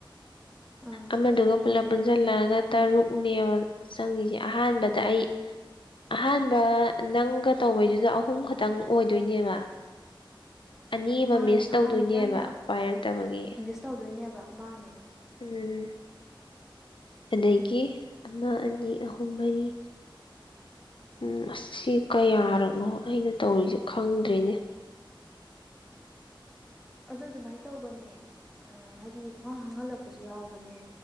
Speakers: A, in the centre; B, on the left (about 70°).
A: ꯑꯥ
B: ꯑꯃꯗꯨꯒ ꯄꯨꯂꯞ ꯄꯨꯟꯁꯤꯜꯂꯒ ꯇꯔꯨꯛꯅꯦꯕ ꯆꯪꯉꯁꯤꯦ ꯑꯍꯥꯟꯕꯗ ꯑꯩ ꯑꯍꯥꯟꯕ ꯅꯪꯒ ꯇꯧꯕꯩꯗꯨꯗ ꯑꯍꯨꯝ ꯈꯛꯇꯪ ꯑꯣꯏꯗꯣꯏꯅꯦꯕ ꯑꯅꯤ ꯑꯃ
A: ꯃꯥꯅꯦ
B: ꯃꯤꯁ ꯇꯧꯗꯣꯏꯅꯦꯕ
A: ꯑꯍꯥꯟꯕꯗꯤ ꯅꯪꯅ
B: ꯄꯥꯏꯔꯛꯇꯕꯒꯤ
A: ꯃꯤꯁ ꯇꯧꯗꯣꯏꯅꯦꯕ ꯃꯥꯅꯦ
B: ꯎꯝ ꯑꯗꯒꯤ ꯑꯃ ꯑꯅꯤ ꯑꯍꯨꯝ ꯃꯔꯤ ꯎꯝ ꯑꯁꯤ ꯀꯌꯥꯔꯛꯅꯣ ꯑꯩꯅ ꯇꯧꯔꯤꯁꯦ ꯈꯪꯗ꯭ꯔꯔꯤꯅꯦ
A: ꯑꯗꯨ ꯑꯗꯨꯃꯥꯏꯅ ꯇꯧꯕꯅꯦ ꯍꯥꯏꯗꯤ ꯈꯨꯡꯍꯥꯡ ꯍꯥꯡꯍꯜꯂꯛꯄꯁꯨ ꯌꯥꯎꯕꯅꯦ